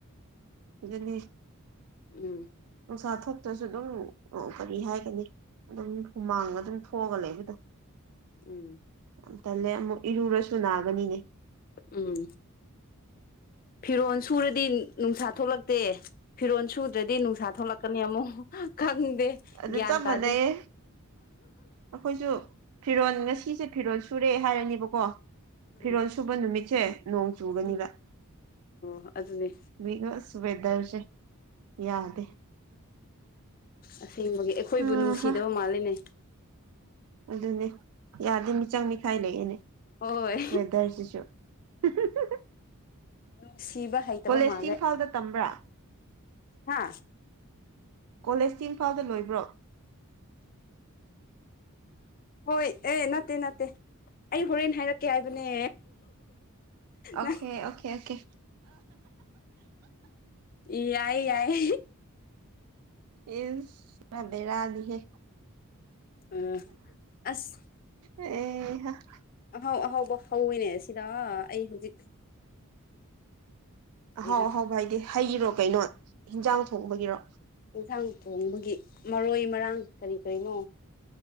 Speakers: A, on the right; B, on the left.
A: ꯑꯗꯨꯅꯤ
B: ꯎꯝ
A: ꯅꯨꯡꯁꯥ ꯊꯣꯛꯇ꯭ꯔꯁꯨ ꯑꯗꯨꯝ ꯀꯔꯤ ꯍꯥꯏꯒꯅꯤ ꯑꯗꯨꯝ ꯍꯨꯃꯥꯡ ꯑꯗꯨꯝ ꯊꯣꯛꯑꯒ ꯂꯩꯕꯗꯣ꯫
B: ꯎꯝ
A: ꯌꯥꯝ ꯇꯜꯂꯦ ꯑꯃꯨꯛ ꯏꯔꯨꯔꯁꯨ ꯅꯥꯒꯅꯤꯅꯦ꯫
B: ꯎꯝ ꯐꯤꯔꯣꯜ ꯁꯨꯔꯗꯤ ꯅꯨꯡꯁꯥ ꯊꯣꯛꯂꯛꯇꯦ꯫ ꯐꯤꯔꯣꯜ ꯁꯨꯗ꯭ꯔꯗꯤ ꯅꯨꯡꯁꯥ ꯊꯣꯛꯂꯛꯀꯅꯤ ꯑꯃꯨꯛ ꯈꯪꯗꯦ
A: ꯑꯗꯨ
B: ꯒ꯭ꯌꯥꯟ
A: ꯆꯞ
B: ꯄꯥꯗꯦ꯫
A: ꯃꯥꯟꯅꯩꯌꯦ ꯑꯩꯈꯣꯏꯁꯨ ꯐꯤꯔꯣꯜ ꯉꯁꯤꯁꯦ ꯐꯤꯔꯣꯜ ꯁꯨꯔꯦ ꯍꯥꯏꯔꯅꯤꯕꯀꯣ
B: ꯎꯝ
A: ꯐꯤꯔꯣꯜ ꯁꯨꯕ ꯅꯨꯃꯤꯠꯁꯦ ꯅꯣꯡ ꯆꯨꯒꯅꯤꯕ
B: ꯎꯝ ꯑꯣ ꯑꯗꯨꯅꯤ꯫
A: ꯋꯦꯠꯅꯁ ꯋꯦꯗꯔꯁꯦ ꯌꯥꯗꯦ꯫
B: ꯑꯁꯦꯡꯕꯒꯤ ꯑꯩꯈꯣꯏꯕꯨ
A: ꯑꯍ
B: ꯅꯨꯡꯁꯤꯗꯕ ꯃꯥꯜꯂꯤꯅꯦ꯫
A: ꯑꯗꯨꯅꯦ ꯌꯥꯗꯦ ꯃꯤꯆꯪ ꯃꯤꯈꯥꯏ ꯂꯩꯌꯦꯅꯦ
B: ꯍꯣꯏ
A: ꯋꯦꯗꯔꯁꯤꯁꯨ꯫ <unintelligible>
B: ꯅꯨꯡꯁꯤꯕ ꯍꯩꯇꯕ
A: ꯀꯣꯂꯦꯖꯇꯤ
B: ꯃꯥꯂꯦ
A: ꯏꯝꯐꯥꯜꯗ ꯇꯝꯕ꯭ꯔꯥ
B: ꯍꯥ꯫
A: ꯀꯣꯂꯦꯖꯇꯤ ꯏꯝꯐꯥꯎꯗ ꯂꯣꯏꯕ꯭ꯔꯣ?
B: ꯍꯣꯏ ꯑꯦ ꯅꯠꯇꯦ ꯅꯠꯇꯦ ꯑꯩ ꯍꯣꯔꯦꯟ ꯍꯥꯏꯔꯛꯀꯦ ꯍꯥꯏꯕꯅꯦ꯫
A: ꯑꯣꯀꯦ
B: ꯅꯪ
A: ꯑꯣꯀꯦ ꯑꯣꯀꯦ
B: ꯏ ꯌꯥꯏ ꯌꯥꯏ꯫
A: ꯏꯁ ꯄꯨꯔꯥ ꯕꯦꯔꯥꯅꯤꯍꯦ꯫
B: ꯑ ꯑꯁ
A: ꯑꯦꯍ <unintelligible>
B: ꯑꯍꯥꯎ ꯑꯍꯥꯎꯕ ꯍꯧꯋꯤꯅꯦ ꯁꯤꯗ ꯑꯩ ꯍꯧꯖꯤꯛ ꯀꯔꯤꯔꯥ
A: ꯑꯍꯥꯎ ꯑꯍꯥꯎꯕ ꯍꯥꯏꯗꯤ ꯍꯩꯔꯣ ꯀꯩꯅꯣ ꯍꯤꯟꯖꯥꯡ ꯊꯣꯡꯕꯒꯤꯔꯣ꯫
B: ꯑꯦꯟꯁꯥꯡ ꯊꯣꯡꯕꯒꯤ ꯃꯔꯣꯏ ꯃꯔꯥꯡ ꯀꯔꯤ ꯀꯔꯤꯅꯣ